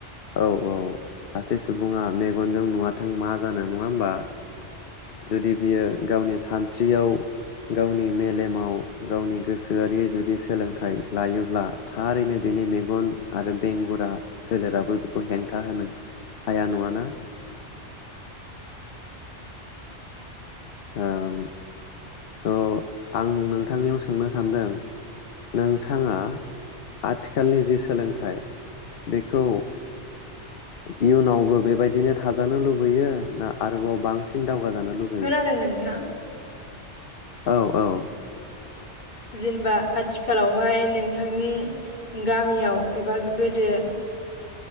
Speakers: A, on the left (about 55°); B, on the left (about 40°).
A: औ औ सासे सुबुङा मेगनजों नुवाथों मा जानो नङा होमबा जुदि बियो गावनि सानस्रियाव गावनि मेलेमाव गावनि गोसोआरि जुदि सोलोंथाइ लायोब्ला थारैनो बेनि मेगन आरो बेंगुरा सोलेराबो बेखौ हेंथा होनो हाया नङा ना। थ' आं नोंथांनियाव सोंनो सानदों नोंथाङा आथिखालनि जि सोलोंथाइ बेखौ इयुनावबो बेबायदिनो थाजानो लुबैयो ना आरोबाव बांसिन दावगाजानो लुबैयो।
B: खोनादों नोंथां
A: औ औ
B: जेनेबा आथिखालावहाय नोंथांनि गामियाव एबा गोदो